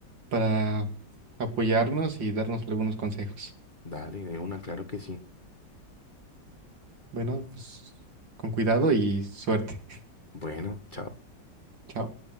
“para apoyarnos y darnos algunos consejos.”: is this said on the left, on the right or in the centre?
Right